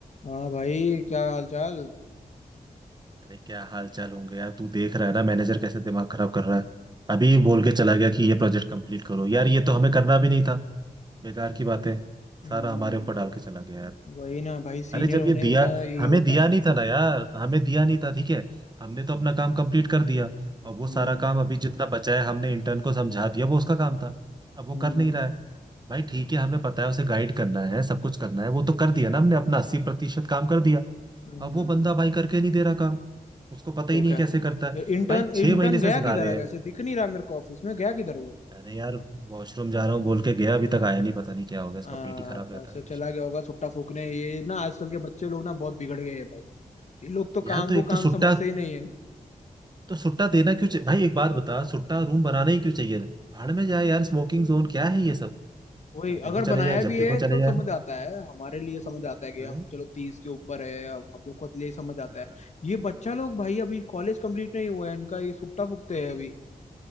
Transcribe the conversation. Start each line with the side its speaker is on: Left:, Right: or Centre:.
Left: हाँ भाई क्या हाल चाल
Right: अरे क्या हाल चाल होंगे यार तू देख रहा है ना मैनेजर कैसे दिमाग खराब कर रहा है अभी बोल के चला गया कि ये प्रोजेक्ट कंप्लीट करो यार ये तो हमें करना भी नहीं था बेकार की बातें
Left: हम्म
Right: सारा हमारे ऊपर डाल के चला गया यार
Left: वही ना भाई सीनियर
Right: अरे जब
Left: होने
Right: ये दिया
Left: का यही
Right: हमें
Left: होता
Right: दिया
Left: है
Right: नहीं था ना यार हमें दिया नहीं था ठीक है हमने तो अपना काम कंप्लीट कर दिया और वो
Left: हम्म
Right: सारा काम अभी जितना बचा है हमने इंटर्न को समझा दिया वो उसका काम था अब वो
Left: हम्म
Right: कर नहीं रहा है भाई ठीक है हमें पता है उसे गाइड करना है सब कुछ करना है वो तो कर दिया ना हमने अपना अस्सी प्रतिशत काम कर दिया
Left: हम्म
Right: अब वो बंदा भाई करके नहीं दे रहा काम उसको पता
Left: तो
Right: ही नहीं
Left: क्या
Right: कैसे करता है
Left: इंटर्न
Right: भाई छह
Left: इंटर्न
Right: महीने से
Left: गया
Right: सिखा
Left: किधर
Right: रहे
Left: है
Right: हैं
Left: वैसे दिख नहीं रहा मेरे को ऑफिस में गया किधर है वो
Right: अरे यार वॉशरूम जा रहा हूँ बोल के गया अभी तक आया नहीं पता नहीं क्या हो गया इसका
Left: हाँ
Right: पेट ही खराब रहता
Left: बस
Right: है हमेशा
Left: चला गया होगा सुट्टा फूकने ये ना आजकल के बच्चे लोग ना बहुत बिगड़ गए हैं भाई ये लोग तो
Right: यार
Left: काम
Right: तो
Left: को
Right: एक तो
Left: काम
Right: सुट्टा
Left: समझते ही नहीं है
Right: तो सुट्टा देना क्यों चाहिए भाई एक बात बता सुट्टा रूम बनाना ही क्यों चाहिए भाड़ में जाए यार स्मोकिंग जोन क्या है ये सब
Left: वही
Right: जब देखो
Left: अगर
Right: चले
Left: बनाया
Right: जाए जब
Left: भी
Right: देखो
Left: है
Right: चले
Left: तो
Right: जाए
Left: समझ आता है हमारे लिए समझ आता है कि
Right: हाँ?
Left: हम चलो तीस के ऊपर है अब हम लोग को ले समझ आता
Right: हाँ।
Left: है ये बच्चा लोग भाई अभी कॉलेज कंप्लीट नहीं हुआ है इनका ये सुट्टा फूकते हैं अभी